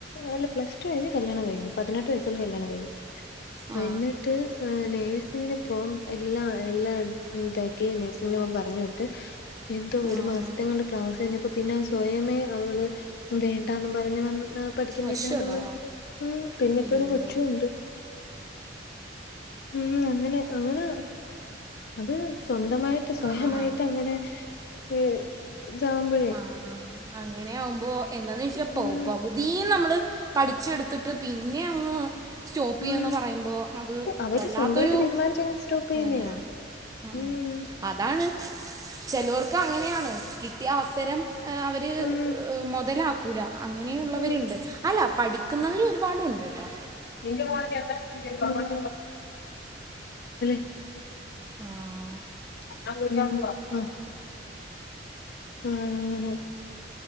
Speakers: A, on the left; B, on the right.
A: അല്ല പ്ലസ് ടു കഴിഞ്ഞ് കല്ല്യാണം കഴിഞ്ഞു. പതിനെട്ട് വയസ്സിൽ കല്ല്യാണം കഴിഞ്ഞു. ആഹ്
B: ആ
A: എന്നിട്ട് ഈഹ് നേഴ്സിങ്ങിന് പോവാൻ എല്ലാം എല്ലാം ഇത ക്ക് നഴ്സിങ്ങിന് പോവാൻ പറഞ്ഞു വിട്ട്. എന്തോ ഒരു
B: ആ
A: മാസത്തെ കൊണ്ട് ക്ലാസ് കഴിഞ്ഞപ്പോ പിന്നെ സ്വയമേ അവള് വേണ്ടാന്നും പറഞ്ഞ് വന്ന് ഈഹ് പഠിക്കുന്നില്ലാന്നും
B: അശ്വടാ
A: പറഞ്ഞ് മ്മ്. പിന്നെ ഇപ്പോ
B: അയ്യോ
A: ഒരു കൊച്ചും ഉണ്ട്. ഉം അങ്ങനെ അങ്ങനെ, അത് സ്വന്തമായിട്ട് സ്വയമായിട്ട്
B: ആ ആ
A: അങ്ങനെ ഈഹ് ഇതാകുമ്പ
B: ആഹ് അങ്ങനെയാവുമ്പോ എന്താന്ന് വെച്ചാ പ
A: ഉം
B: പകുതിയും നമ്മള് പഠിച്ചെടുത്തിട്ട് പിന്നെ അങ്ങ് സ്റ്റോപ്പെയ്യാന്ന്
A: ഉം
B: പറയുമ്പോ അത്
A: അവര്
B: വല്ലാത്തൊരു
A: സ്വന്തമായിട്ട് തീരുമാനിച്ചങ്ങ്
B: ഇത്
A: സ്റ്റോപ്പ് ചെയ്യുന്നയാ
B: തന്നെയാണ്. അഹ് ആഹ്
A: ഉം
B: അതാണ്. ചെലോർക്ക് അങ്ങനെയാണ് കിട്ടിയ അവസരം ഈഹ് അവര്
A: ഉം
B: മുതലാക് ക്കൂല. അങ്ങനെയുള്ളവരുണ്ട്.
A: ഉം
B: അല്ല പഠിക്കുന്നവര് ഒരുപാടുണ്ട് കേട്ടോ.
A: ഇന്റെ മോനെ ചേർത്താനും <unintelligible>
B: ആഹ്
A: <unintelligible> പൂവാ. ആഹ്. ആഹ് അങ്ങനെ.